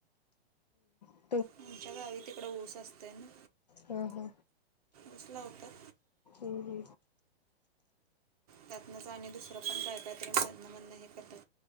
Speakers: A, on the left (about 40°); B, on the right (about 35°).
A: हम्
B: आमच्या गावी तिकड ऊस असत ना
A: हा हा
B: ऊस लावतात
A: हो ह
B: त्यातनंच आणि दुसरं पण कळतात ते मधन मनन हे करतात